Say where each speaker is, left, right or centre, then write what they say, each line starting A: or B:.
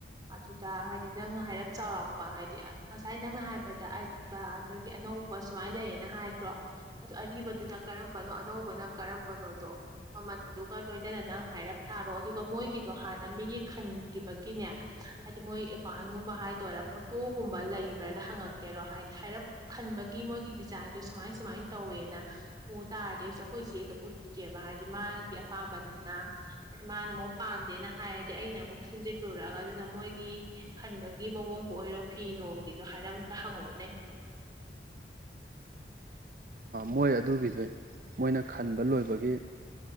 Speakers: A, on the right; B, on the right.
A: ꯑꯗꯨꯗ ꯍꯥꯏꯗꯤ ꯅꯪꯅ ꯍꯥꯏꯔꯞ ꯆꯥꯎꯔꯥꯛꯄ ꯍꯥꯏꯗꯤ ꯉꯁꯥꯏ ꯅꯪꯅ ꯍꯥꯏꯕꯗ ꯑꯔꯤꯕ ꯑꯗꯒꯤ ꯑꯅꯧꯕ ꯁꯨꯃꯥꯏꯅ ꯂꯩꯌꯦꯅ ꯅ ꯍꯥꯏꯗ꯭ꯔꯣ ꯑꯗꯨ ꯑꯔꯤꯕꯗꯨꯅ ꯀꯔꯝꯕꯅꯣ ꯑꯅꯧꯕꯅ ꯀꯔꯝꯕꯅꯣꯗꯣ ꯃꯃꯜꯗꯨꯒ ꯂꯣꯏꯅꯅ ꯅꯪ ꯍꯥꯏꯔꯞ ꯊꯥꯔꯣ ꯑꯗꯨꯒ ꯃꯣꯏꯒꯤꯗꯣ ꯍꯥꯟꯅ ꯃꯤꯒꯤ ꯈꯟꯈꯤꯕꯒꯤꯅꯦ ꯍꯥꯏꯗꯤ ꯃꯣꯏ ꯑꯦꯀꯥꯎꯟꯒꯨꯝꯕ ꯍꯥꯏꯗꯣꯏꯔꯥ ꯐꯣꯇꯣꯒꯨꯝꯕ ꯂꯩꯕ꯭ꯔꯅ ꯍꯪꯉꯛꯀꯦꯔꯣ ꯍꯥꯏꯗꯤ ꯍꯥꯏꯔꯞ ꯈꯟꯕꯒꯤ ꯃꯣꯏꯒꯤ ꯗꯤꯖꯥꯏꯟꯗꯣ ꯁꯨꯃꯥꯏ ꯁꯨꯃꯥꯏꯅ ꯇꯧꯋꯦꯅ ꯎ ꯇꯥꯔꯗꯤ ꯑꯩꯁꯨ ꯑꯩꯈꯣꯏꯁꯦꯗ ꯎꯠꯀꯦꯕ ꯍꯥꯏꯗꯤ ꯃꯥꯒꯤ ꯑꯄꯥꯝꯕꯅꯤꯅ ꯍꯥꯏꯗꯤ ꯃꯥꯅ ꯑꯃꯨꯛ ꯄꯥꯝꯗꯦꯅ ꯍꯥꯏꯔꯗꯤ ꯑꯩꯅ ꯑꯃꯨꯛ ꯁꯤꯟꯖꯤꯜꯂꯨꯔꯒ ꯑꯗꯨꯅ ꯃꯣꯏꯒꯤ ꯈꯟꯕꯒꯤ ꯃꯑꯣꯡꯕꯨ ꯑꯣꯏꯔꯣ ꯐꯤ ꯅꯣꯡꯒꯤꯗꯣ ꯍꯥꯏꯅ ꯑꯝꯇ ꯍꯪꯉꯛꯎꯅꯦ
B: ꯃꯣꯏ ꯑꯗꯨꯒꯤꯗꯨ ꯃꯣꯏꯅ ꯈꯟꯕ ꯂꯣꯏꯕꯒꯤ